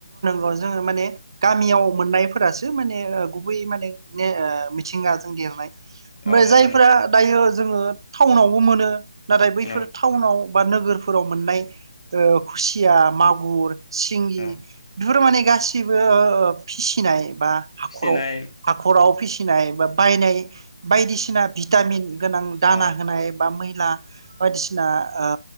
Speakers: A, on the right; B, on the left.
A: हाख' जोङो माने गामियाव मोननायफोरासो माने गुबै माने मिथिंगाजों देरनाय ओमफ्राय
B: औ नंगौ
A: जायफोरा
B: नोंथां
A: दायो जोङो टाउनावबो मोनो नाथाय
B: औ
A: बैफोर टाउनाव, बा नोगोरफोराव मोननाय, ओ खुसिया मागुर, सिंगि
B: औ
A: बेफोर माने, गासिबो फिसिनाय, बा हाखराव
B: फिसिनाय
A: हाखराव फिसिनाय बा बायनाय बायदिसिना भिटामिन गोनां दाना
B: अ
A: होनाय बा मैला, बायदिसिना ओ